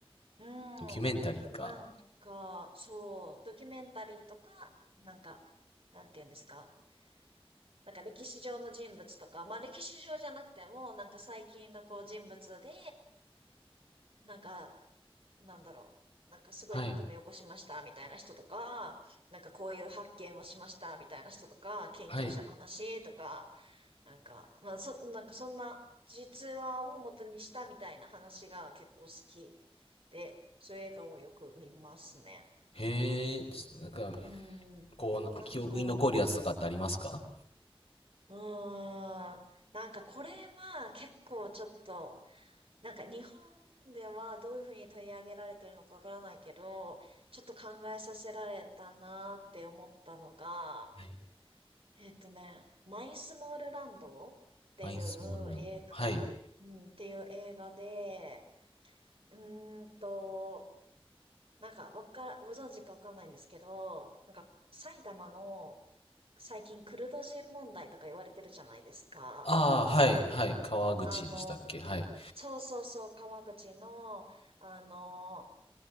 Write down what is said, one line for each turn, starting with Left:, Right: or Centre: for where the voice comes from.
Right: う
Left: ドキュメンタリーか。
Right: ん。なんか、そう、ドキュメンタリーとか、なんか、なんていうんですか。なんか歴史上の人物とか、まあ歴史上じゃなくても、なんか最近のこう人物で、なんか、なんだろう、なんかすごい革命を起こしましたみたいな人とか、
Left: はい、
Right: なんかこういう発見をしましたみたいな人とか、研究者の話とか、
Left: はい。
Right: なんか、まあそ、なんかそんな実話を元にしたみたいな話が結構好きで、そういう映画をよく見ますね。
Left: へえ、なんか、
Right: うん。
Left: こうな、
Right: なんか、
Left: 記憶に残るやつとかってありますか
Right: うーん。なんかこれは結構ちょっとなんか日本ではどういうふうに取り上げられてるのかわからないけど、ちょっと考えさせられたなーって思ったのが、
Left: はい。
Right: えっとね、マイスモールランドっていう映画、
Left: マイスモールランド。はい。
Right: うん、っていう映画で、うーんと、なんかわから、ご存知かわかんないんですけど、なんか埼玉の最近クルド人問題とか言われてるじゃないですか。
Left: ああ、はい、はい。川口でしたっけはい、
Right: あの、そうそうそう、川口の、あの、